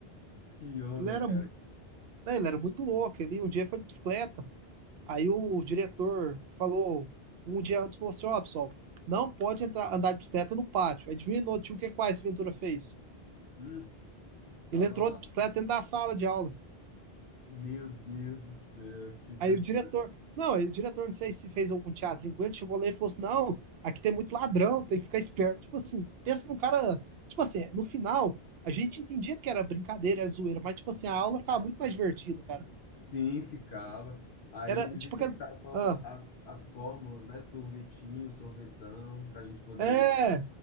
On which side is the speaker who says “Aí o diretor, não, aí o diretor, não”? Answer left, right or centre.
Right